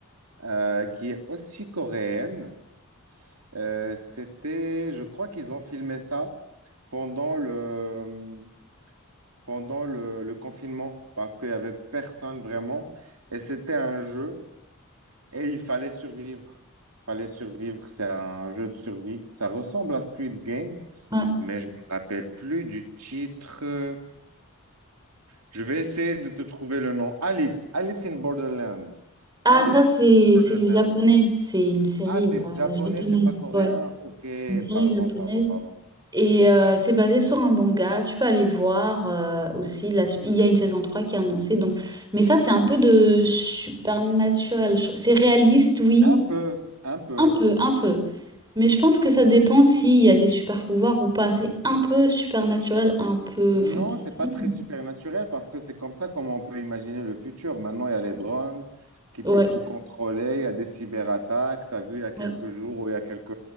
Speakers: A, on the right; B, on the right.
A: euh, qui est aussi coréenne. Euh, c'était, je crois qu'ils ont filmé ça pendant le, pendant le, le confinement parce qu'il n'y avait personne vraiment. Et c'était un jeu Et il fallait survivre. fallait survivre. C'est un jeu de survie. Ça ressemble à Squid Game,
B: Ouais.
A: mais je me rappelle plus du titre. Je vais essayer de te trouver le nom. Alice. Alice in Borderland.
B: Ah,
A: Alice
B: ça, c'est
A: in Borderland.
B: c'est les Japonais. C'est une série
A: Ah, c'est
B: euh,
A: japonais,
B: japonaise.
A: c'est pas coréen.
B: Ouais.
A: Ok,
B: une série
A: pardon,
B: japonaise.
A: pardon, pardon.
B: Et euh, c'est basé sur un manga. Tu peux aller voir euh, aussi. La... su- Il y a une saison 3 qui est annoncée. Donc... Mais ça, c'est un peu de supernaturel. je- C'est réaliste, oui.
A: Un peu, un peu.
B: Un peu, un peu. Mais je pense que ça dépend s'il y a des super pouvoirs ou pas. C'est un peu supernaturel, un peu
A: Non,
B: fantasy.
A: c'est pas très supernaturel parce que c'est comme ça comme on peut imaginer le futur. Maintenant, il y a les drones qui
B: Ouais,
A: peuvent tout contrôler, il y a des cyberattaques. Tu as vu il y a quelques
B: ouais.
A: jours ou il y a quelques